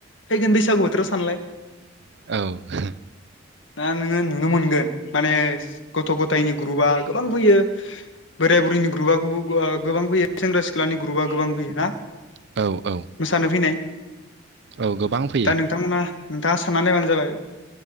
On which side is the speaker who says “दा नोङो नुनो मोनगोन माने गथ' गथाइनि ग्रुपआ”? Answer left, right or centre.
Left